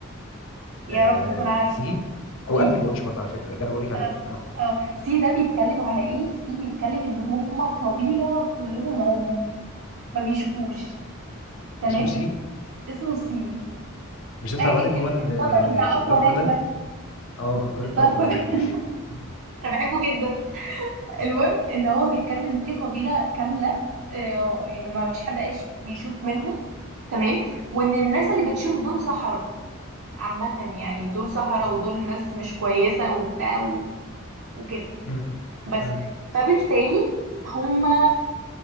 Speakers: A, on the right; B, on the left.
A: يا
B: آه
A: رب تكون عارف
B: سي
A: سي
B: هو ابل واتش برضه على فكره اللي انا بقول لك عليه
A: اه
B: ده اه
A: اه سي ده بيتكلم على ايه سي بيتكلم ان هم قبيلة كلهم عمي ما بيشوفوش تمام
B: اسمه سي
A: اسمه سي
B: مش ده بتاع
A: آه ال-
B: الواد اللي هو
A: ال-
B: ال-
A: البطل
B: آه،
A: بتاع اقوى
B: الضلفه
A: مان
B: ده
A: ده
B: اه الواد
A: الضربة
B: الضلفه ده
A: ده
B: ما بحبوش م-
A: <laughs> انا بحبه جدا
B: م-
A: المهم ان هو بيتكلم ان في قبيله كامله آه، يعني ما فيش حد عايش بيشوف منهم تمام
B: م-
A: وان الناس اللي بتشوف دول سحرة عامه يعني دول سحرة
B: م-
A: ودول ناس مش كويسه وبتاع و- وكده
B: م-
A: بس
B: م-
A: فبالتالي هما